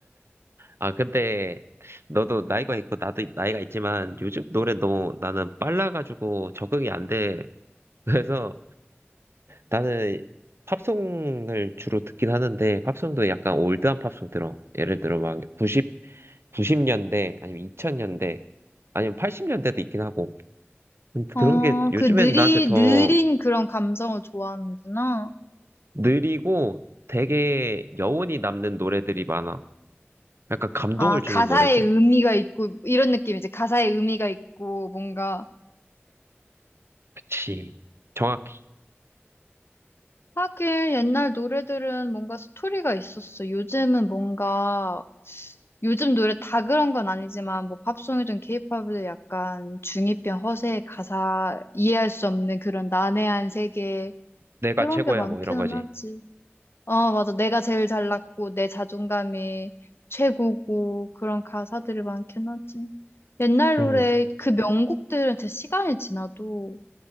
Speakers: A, on the right; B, on the left.
A: 아, 근데 너도 나이가 있고 나도 나이가 있지만 요즘 노래 너무 나는 빨라가지고 적응이 안 돼. <laughs> 그래서 나는 팝송을 주로 듣긴 하는데 팝송도 약간 올드한 팝송 들어. 예를 들어 막 90, 구십 년대 아니면 2000년대 아니면 80년대도 있긴 하고. 음, 그런
B: 어,
A: 게 요즘엔
B: 그 느리
A: 나한테 더
B: 느린 그런 감성을 좋아하는구나.
A: 느리고 되게 여운이 남는 노래들이 많아. 약간 감동을
B: 아,
A: 주는
B: 가사에
A: 노래들.
B: 의미가 있고 이런 느낌이지. 가사에 의미가 있고 뭔가
A: 그치. 정확히.
B: 하긴 옛날 노래들은 뭔가 스토리가 있었어. 요즘은 뭔가 요즘 노래 다 그런 건 아니지만 뭐 팝송이든 케이팝이든 약간 중이병 허세 가사 이해할 수 없는 그런 난해한 세계
A: 내가
B: 그런
A: 최고야,
B: 게 많기는
A: 뭐 이런 거지.
B: 하지. 어, 맞아. 내가 제일 잘났고 내 자존감이 최고고 그런 가사들이 많긴 하지. 옛날
A: 음.
B: 노래 그 명곡들은 진짜 시간이 지나도